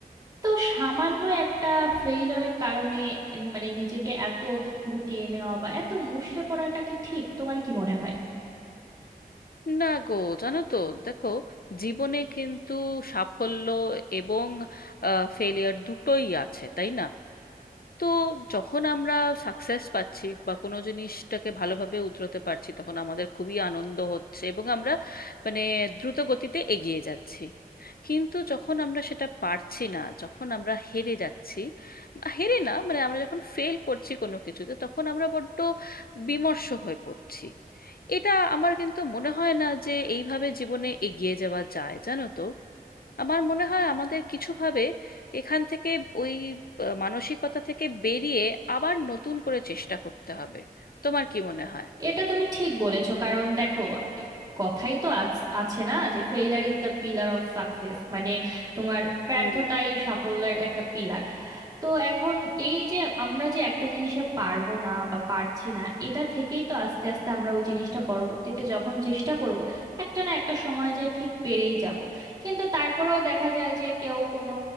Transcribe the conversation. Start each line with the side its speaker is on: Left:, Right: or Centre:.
Right: তো সামান্য একটা ফেইলরের কারণে নি- মানে নিজেকে এত গুটিয়ে নেওয়া বা এত মুষড়ে পড়াটা কি ঠিক তোমার কি মনে হয়
Left: না গো জানো তো দেখো জীবনে কিন্তু সাফল্য এবং ফেলিয়ার দুটোই আছে তাই না তো যখন আমরা সাকসেস পাচ্ছি বা কোনো জিনিসটাকে ভালোভাবে উতরাতে পারছি তখন আমাদের খুবই আনন্দ হচ্ছে এবং আমরা মানে দ্রুত গতিতে এগিয়ে যাচ্ছি কিন্তু যখন আমরা সেটা পারছি না যখন আমরা হেরে যাচ্ছি বা হেরে না মানে আমরা যখন ফেল করছি কোনো কিছুতে তখন আমরা বড্ড বিমর্ষ হয়ে পড়ছি এটা আমার কিন্তু মনে হয় না যে এইভাবে জীবনে এগিয়ে যাওয়া যায় জানো তো আমার মনে হয় আমাদের কিছুভাবে এখান থেকে ওই আহ, মানসিকতা থেকে বেরিয়ে আবার নতুন করে চেষ্টা করতে হবে তোমার কি মনে হয়
Right: এটা তুমি ঠিক বলেছো কারণ দেখো কথাই তো আছ- আছে না যে failure is the pillar of success মানে তোমার ব্যর্থতাই
Left: হুম
Right: সাফল্যের একটা পিলার তো এখন এই যে আমরা যে একটা জিনিসে পারবো না বা পারছি না এটা থেকেই তো আস্তে আস্তে আমরা ওই জিনিসটা পরবর্তীতে যখন চেষ্টা করব একটা না একটা সময় যে ঠিক পেরেই যাব কিন্তু তারপরেও দেখা যায় যে কেউ কোনো